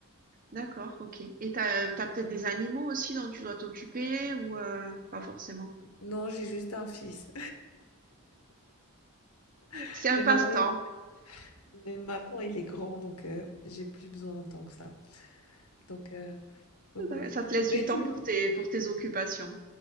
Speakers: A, on the right (about 40°); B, on the left (about 85°).
A: D'accord, ok. Et t'as, t'as peut-être des animaux aussi dont tu dois t'occuper ou euh, pas forcément.
B: Non, j'ai juste un fils, <laughs>
A: C'est un
B: mais
A: passe-temps.
B: maintenant il mais maintenant il est grand, donc heu, j'ai plus besoin tant que ça, donc heu,
A: <laughs>
B: donc ouais.
A: Ça te laisse
B: Mais
A: du temps
B: tu m
A: pour tes, pour tes occupations.